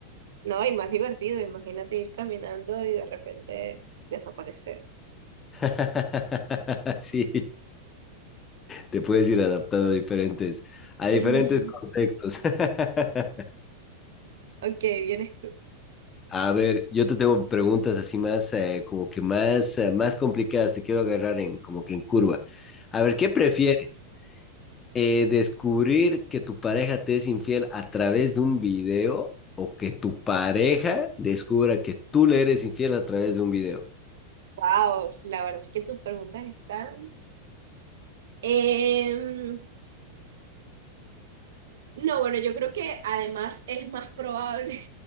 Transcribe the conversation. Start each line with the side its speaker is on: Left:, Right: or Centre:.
Right: No, y más divertido, imagínate ir caminando y de repente desaparecer.
Left: <laughs> Sí, te puedes ir adaptando a diferentes, a diferentes
Right: Ujú.
Left: contextos. <laughs>
Right: Ok, vienes tú.
Left: A ver, yo te tengo preguntas así más, eh, como que más, eh, más complicadas. Te quiero agarrar en, como que en curva. A ver, ¿qué prefieres? Eh, ¿descubrir que tu pareja te es infiel a través de un video o que tu pareja descubra que tú le eres infiel a través de un video?
Right: Wow, la verdad es que tus preguntas están. Em, no, bueno, yo creo que además es más probable